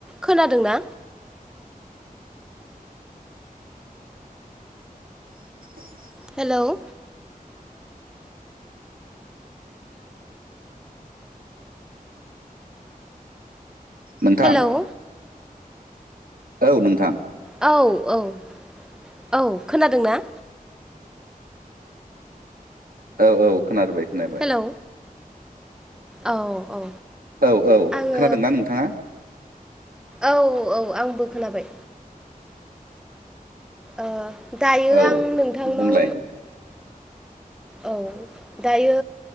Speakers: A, in the centre; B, on the right.
A: खोनादोंना
B: <inaudible>
A: हेल'
B: नोंथां
A: हेल'
B: औ नोंथां
A: औ औ औ खोनादों ना।
B: औ औ खोनाबाय। खोनाबाय
A: हेलौ औ औ।
B: औ औ
A: आङो
B: खोनादोंना नोंथाङा
A: औ औ आंबो खोनाबाय। ओ दायो
B: औ
A: आं नोंथांनाव।
B: बुंलाय
A: औ दायो।